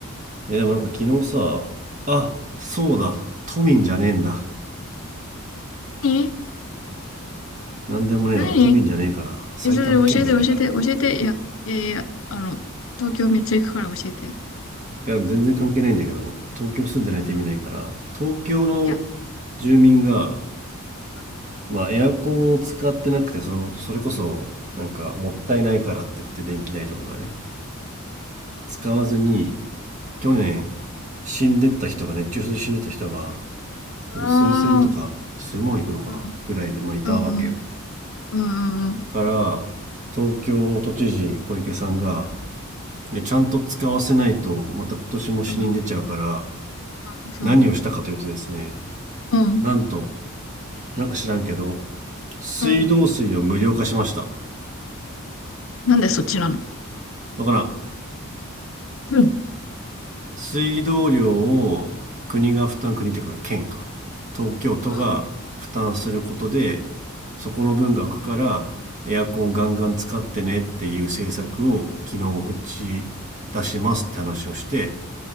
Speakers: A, on the right; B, on the left.
A: えでもなんか昨日さあそうだ都民じゃねえんだ
B: 何
A: なんでもねえわ。
B: 何
A: 都民じゃねえから。埼玉県民だからな。
B: え、それ教えて、教えて、教えて。いや、いやいやいや、あの、東京めっちゃ行くから教えて。
A: いや、全然関係ないんだけど、東京住んでないと意味ないから、
B: うん。
A: 東京の
B: いや、
A: 住民が、
B: あの、
A: まあ、エアコンを使ってなくて、その、それこそ、なんか、もったいないからって言って、電気代とかがね、使わずに、去年、死んでった人が、熱中症で死んでった人が、多分数千とか、
B: ああ
A: 数万いくのかなぐらいで、
B: ー、う
A: まあ、いたわけよ。
B: ん、うん、うん、うん、うん、うん、
A: から、東京都知事小池さんがいやちゃんと使わせないと、また今年も死人出ちゃうから、
B: うん、うんそうね。
A: 何をしたかというとですね、
B: うん、
A: なんと、なんか知らんけど、水道水を無料化しました。
B: うん。なんでそっちなの
A: だからん、
B: うん。
A: 水道料を国が負担、国というか県か、東京都が負担することで、
B: あ、
A: そこの分が浮くから、エアコンガンガン使ってねっていう政策を昨日打ち出しますって話をして、